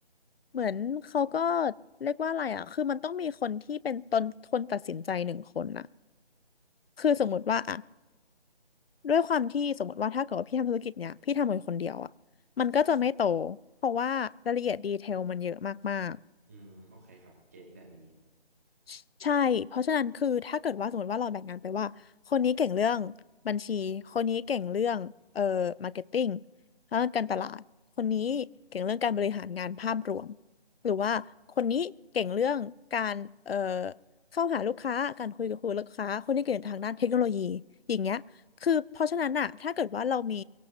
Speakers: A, on the left; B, on the right.
A: เหมือนเขาก็เรียกว่าอะไรอ่ะคือมันต้องมีคนที่เป็นตนคนตัดสินใจหนึ่งคนอ่ะคือสมมติว่าอ่ะ ด้วยความที่สมมติว่าถ้าเกิดว่าพี่ทำธุรกิจเนี้ยพี่ทำคนคนเดียวอ่ะมันก็จะไม่โตเพราะว่ารายละเอียดดีเทลมันเยอะมาก
B: อืมโอเคครับเก็ตเลยอันนี้
A: ๆใช่เพราะฉะนั้นคือถ้าเกิดว่าสมมติว่าเราแบ่งงานไปว่าคนนี้เก่งเรื่องบัญชีคนนี้เก่งเรื่องเอ่อมาร์เก็ตติ้งแล้วการตลาดคนนี้เก่งเรื่องการบริหารงานภาพรวมหรือว่าคนนี้เก่งเรื่องการเอ่อเข้าหาลูกค้าการคุยกับคุยลูกค้าคนนี้เก่งทางด้านเทคโนโลยีอย่างเงี้ย คือเพราะฉะนั้นอะถ้าเกิดว่าเรามี